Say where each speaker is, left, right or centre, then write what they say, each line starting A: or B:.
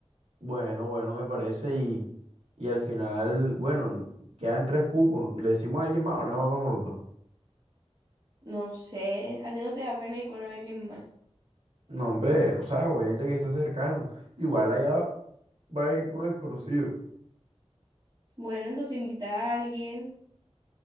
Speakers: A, on the right; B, on the right.
A: Bueno, bueno, me parece y, y al final, bueno, quedan tres cupos. ¿Le decimos a alguien más o nada más vamos los dos?
B: No sé, a ti no te da pena ir con alguien más.
A: No, hombre, o sea, obviamente que está cercano. Igual allá va va a ir puro desconocido.
B: Bueno, entonces invita a alguien,